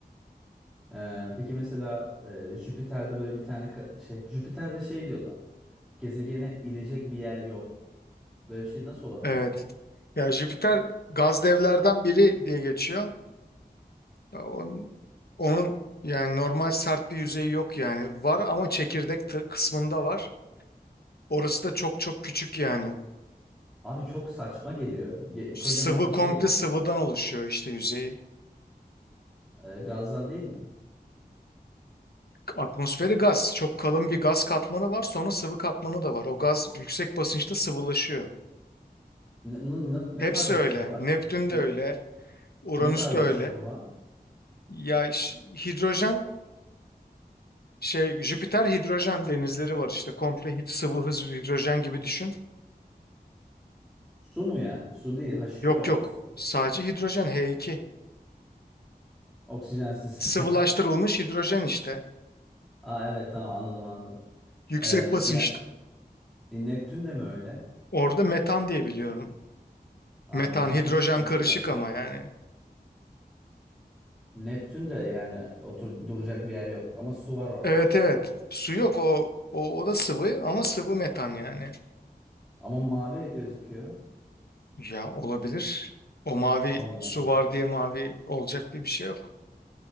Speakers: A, in the centre; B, on the left.
A: Ee, peki mesela e, Jüpiter'de böyle bir tane ka- şey Jüpiter'de şey diyorlar. Gezegene inecek bir yer yok. Böyle bir şey nasıl olabilir
B: Evet.
A: ya?
B: Ya Jüpiter gaz devlerden biri diye geçiyor. Onun, onun yani normal sert bir yüzeyi yok yani. Var ama çekirdek tı- kısmında var. Orası da çok çok küçük yani.
A: Abi çok saçma geliyor. Ye-
B: Sıvı
A: kocaman bir şey
B: komple
A: yani.
B: sıvıdan oluşuyor işte yüzeyi.
A: Ee, gazdan değil mi?
B: Atmosferi gaz. Çok kalın bir gaz katmanı var. Sonra sıvı katmanı da var. O gaz yüksek basınçta sıvılaşıyor.
A: Ne, ne, ne
B: Hepsi
A: tarz bir
B: öyle.
A: sıvı var
B: Neptün
A: ki? Ne,
B: de öyle.
A: ta-
B: Uranüs
A: ne tarz
B: de
A: bir
B: öyle.
A: sıvı var?
B: Ya ş- hidrojen şey Jüpiter hidrojen denizleri var işte. Komple hid- sıvı hız hidrojen gibi düşün.
A: Su mu yani? Su değil, H2O.
B: Yok yok.
A: Su.
B: Sadece hidrojen H2.
A: Oksijensiz.
B: Sıvılaştırılmış
A: <laughs>
B: hidrojen işte.
A: Aa evet tamam anladım anladım.
B: Yüksek
A: Ee,
B: basınçta.
A: ya e, Neptün de mi öyle?
B: Orada metan diye biliyorum.
A: Aa
B: Metan
A: metan
B: hidrojen
A: çok sıkıntı
B: karışık
A: ya.
B: ama yani.
A: Neptün de yani otur duracak bir yer yok ama su var orada
B: Evet
A: diye
B: evet.
A: biliyorum.
B: Su yok o o, o da sıvı ama sıvı metan yani.
A: Ama mavi gözüküyor.
B: Ya olabilir. O mavi
A: Allah
B: su
A: Allah.
B: var diye mavi olacak diye bir şey yok.